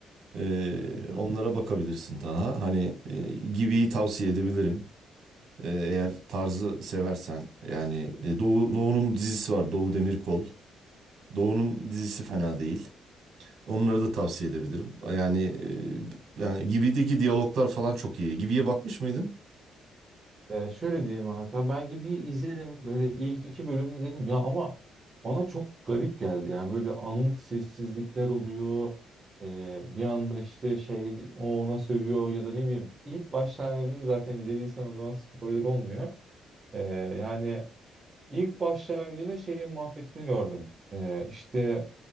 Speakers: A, on the right; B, on the right.
A: E,
B: Hı hı.
A: onlara bakabilirsin daha. Hani e, Gibi'yi tavsiye edebilirim. E, eğer tarzı seversen. Yani e, Doğu, Doğu'nun dizisi var. Doğu Demirkol. Doğu'nun dizisi fena değil. Onları da tavsiye edebilirim. Yani e, yani Gibi'deki diyaloglar falan çok iyi. Gibi'ye bakmış mıydın? <laughs>
B: Ee, şöyle diyeyim Ahmet abi tamam, ben gibi izledim böyle ilk iki bölümünü dedim ya ama bana çok garip geldi yani böyle anlık sessizlikler oluyor Ee, bir anda işte şey o ona sövüyor ya da ne bileyim ilk başlangıcını zaten izlediysen o zaman spoiler olmuyor Ee, yani ilk başlangıcında şeyin muhabbetini gördüm Ee, işte